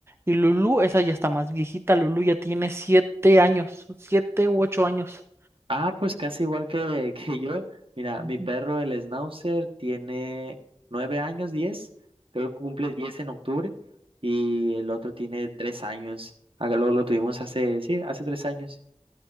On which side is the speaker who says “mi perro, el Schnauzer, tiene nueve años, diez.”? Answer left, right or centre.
Right